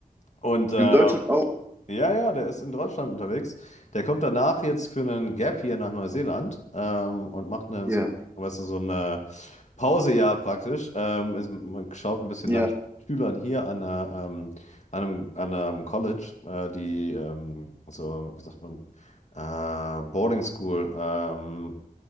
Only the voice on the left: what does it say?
Und äh,
Ja, ja, der ist in Deutschland unterwegs. Der kommt danach jetzt für einen Gap hier nach Neuseeland ähm, und macht eine,
so, weißt du, so eine Pause ja praktisch. Ähm, ist, man schaut ein bisschen
nach Schülern hier an, einer, ähm, an, einem, an einem College, äh, die ähm, so, wie sagt man, äh, Boarding School ähm,